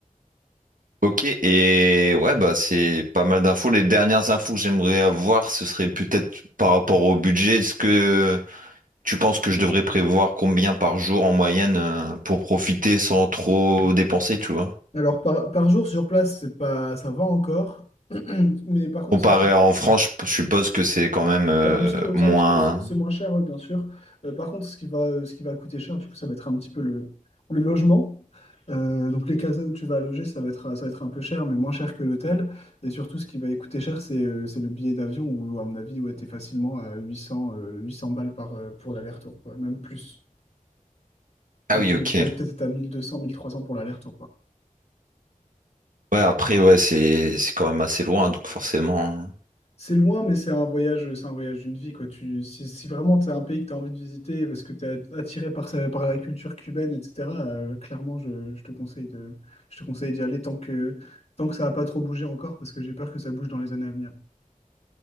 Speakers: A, on the right; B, on the left.
A: Ok, et ouais, bah c'est pas mal d'infos. Les dernières infos que j'aimerais avoir, ce serait peut-être par rapport au budget. Est-ce que Tu penses que je devrais prévoir combien par jour en moyenne euh, pour profiter sans trop dépenser, tu vois?
B: Alors, par, par jour sur place, c'est pas, ça va encore. <clears throat> Mais par contre,
A: Comparé
B: si tu,
A: à en France, je je suppose que c'est quand même euh,
B: c'est un petit peu,
A: moins.
B: c'est un petit peu, c'est c'est moins cher, oui, bien sûr. Euh, par contre, ce qui va, ce qui va coûter cher, du coup, ça va être un petit peu le, le logement. Euh, donc, les casas où tu vas loger, ça va être, ça va être un peu cher, mais moins cher que l'hôtel. Et surtout, ce qui va coûter cher, c'est euh, c'est le billet d'avion, où, à mon avis, ouais, t'es facilement à 800, euh, 800 balles par, euh, pour l'aller-retour, quoi. Même plus.
A: Ah
B: T'as
A: oui,
B: t'as-
A: ok.
B: t'as peut-être à mille mille deux cents mille trois cents pour l'aller-retour, quoi.
A: Ouais, après, ouais, c'est c'est quand même assez loin, donc forcément.
B: C'est loin, mais c'est un voyage, c'est un voyage d'une vie, quoi. Tu, si, si vraiment c'est un pays que tu as envie de visiter parce que tu es attiré par, sa- par la culture cubaine, etc., euh, clairement, je, je te conseille de, je te conseille d'y aller tant que, tant que ça n'a pas trop bougé encore, parce que j'ai peur que ça bouge dans les années à venir.